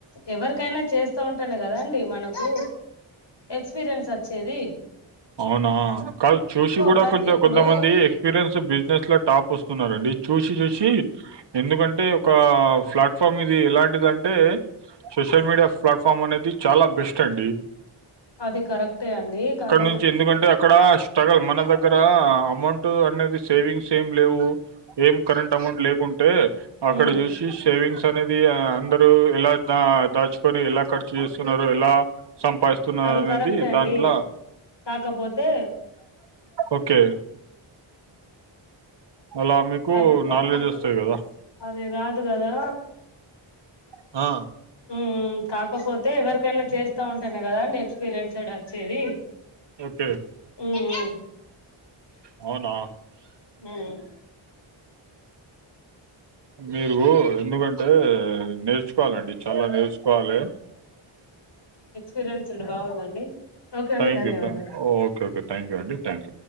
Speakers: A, on the left; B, on the right.
A: ఎవరికైనా చేస్తా ఉంటేనే కదా అండి మనకూ ఎక్స్పీరియన్స్ ఒచ్చేది
B: అవ్నా కాదు చూసి కూడా
A: ప్రతి
B: కొంచెం
A: ఇప్పుడు
B: కొంతమంది ఎక్స్పీరియన్స్ బిజినెస్ ఇట్లా టాప్ ఓస్తున్నరండి చూసి చూసి ఎందుకంటే ఒకా ప్లాట్ఫామ్ ఇది ఎలాంటిదం అంటే సోషల్ మీడియా ప్లాట్ఫామ్ అనేది చాలా బెస్టండి
A: అది కరెక్టే అండి కాక
B: నుంచి ఎందుకంటక్కడ స్ట్రగల్ మన దగ్గర అమౌంటూ అన్నది సేవింగ్స్ స్ ఎం లేవు ఎం కరెంట్ అమౌంట్ లేకుంటే అక్కడ
A: ఉమ్
B: చూసి సేవింగ్స్ అనేది అంద ఎలా దా-దాచుకొని ఎలా ఖర్చు చేస్తున్నారు ఎలా సంపాదిస్తున్నారనేది
A: అది కరెక్టే అండి
B: దాంట్ల
A: కాకపోతే
B: ఓకే అలా మీకు
A: ఉ
B: నాలెడ్జ్ వస్తాయి కదా
A: అది రాదు గదా
B: ఆ
A: ఉహ్ కాకపోతే ఎవరికైనా చేస్తా ఉంటానే కదా అండి ఎక్స్పీరియన్సడ్ ఒచ్చేది
B: ఓకే
A: ఉ ఉ
B: అవునా
A: ఉమ్ ఉమ్
B: మీర్గు ఎందుకంటే నేర్చు కోవాలండీ చాలా నేర్చుకోవాలె
A: పిరేన్స్డ్ బాగుంద అండీ ఓకే అండి
B: థ్యాంక్
A: ధన్యవాదాలు
B: యూ థ్యాంక్ యూ ఓకే ఓకే థ్యాంక్ యూ అండి థ్యాంక్ యూ